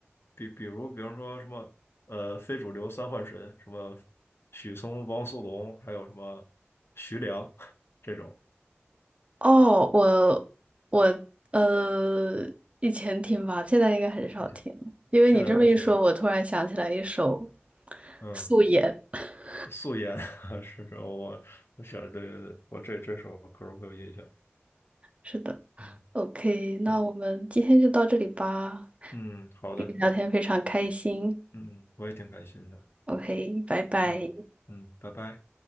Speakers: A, on the left; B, on the right.
A: 比比如，比方说什么，呃，非主流三幻神，什么许嵩、汪苏泷，还有什么徐良 <laughs> 这种，
B: 哦，我我呃，以前听吧，现在应该很少听了因为你这么一说，
A: 一些现在不听了
B: 我突然想起来一首
A: 嗯，
B: 《素颜》<laughs>。
A: 素颜 <laughs> 是是，我我想，对对对，我这这首歌儿会有印象。
B: 是的
A: 嗯，
B: ，OK，那我们今天就到这里吧。
A: 对，嗯，好的，
B: 跟你聊天非常开心
A: 嗯，我也挺开心的。
B: ，OK，拜拜。
A: 嗯嗯，拜拜。